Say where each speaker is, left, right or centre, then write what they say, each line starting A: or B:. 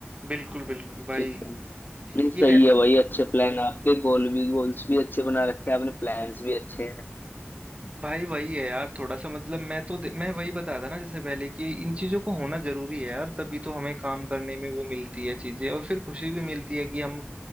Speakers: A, on the right (about 30°); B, on the left (about 50°).
A: बिल्कुल बिल्कुल भाई
B: ठीक है नहीं
A: ये
B: सही
A: रह
B: है भाई अच्छे प्लान आपके गोल भी गोल्स भी अच्छे बना रखे हैं आपने प्लान्स भी अच्छे हैं
A: भाई वही है यार थोड़ा सा मतलब मैं तो मैं वही बता था ना जैसे पहले कि इन चीज़ों को होना जरूरी है यार तभी तो हमें काम करने में वो मिलती है चीज़ें और फिर खुशी भी मिलती है कि हम